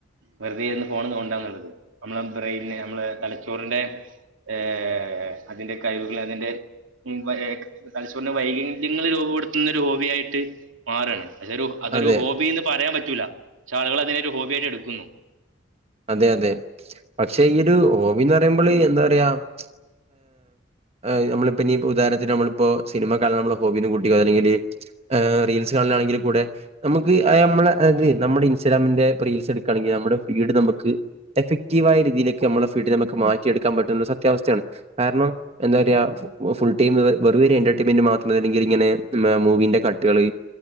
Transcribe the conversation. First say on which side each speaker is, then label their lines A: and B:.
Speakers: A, on the right; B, on the right.
A: വെറുതെര്ന്ന്. ഫോൺ, തോണ്ടന്നുള്ളത്. നമ്മളെ, ബ്രെയിന്, നമ്മളെ, തലച്ചോറിന്റെ. ഏ, അതിന്റെ കഴിവുകൾ, അതിന്റെ... ഏ, തലച്ചോറിന്റെ വൈക് ല്യങ്ങള്- രൂപപ്പെടുത് ന്നൊരു ഹോബി, ആയിട്ട്, മാറാണ്. ക്ഷേ തൊരു, അതൊരു,
B: അതെ.
A: ഹോബിന്ന് പറയാൻ പറ്റൂല. ക്ഷെ ആളുകള്, അതിനൊരു ഹോബിയായിട്ട് എടുക്കുന്നു.
B: അതെ, അതെ, പക്ഷെ, ഈ, ഒരു ഹോ ബിന്ന് പറയുമ്പള്, എന്താ പറയാ. <unintelligible> ഹേ, നമ്മളിപ്പോ, ഇനി പ്പൊ, ഉദാഹരണത്തിന് നമ്മള് പ്പൊ, സിനിമ കാണാ നമ്മള, ഹോബിന്ന് കൂട്ടിക്കോ? അല്ലെങ്കില്, ആഹ്, റീൽസ് കാണ. അങ്ങനെണെങ്കിൽക്കൂടെ, ഞമ്മക്ക് ആ നമ്മളെ, അത്, നമ്മുടെ ഇൻസ്റ്റാഗ്രാമിന്റെ പ്പ, റീൽസ് എടുക്കയാണെങ്കിൽ നമ്മുടെ ഫീഡ് നമ്മ.. ക്ക്, എഫക്റ്റീവ് ആയ, രീതിയിലേക്ക് നമ്മടെ ഫീൽഡിനെ നമ്മക്ക്, മാറ്റിയെടുക്കാൻ പറ്റുന്ന സത്യാവസ്ഥയാണ്. കാരണം എന്ത? റയാ, ഫു, ഫുൾ ടൈമ് വെ വെറുമൊരു എൻ്റർടൈമിന് മാത്രണെങ്കി, ഇങ്ങനെ മൂവിൻ്റെ കട്ടുകള്...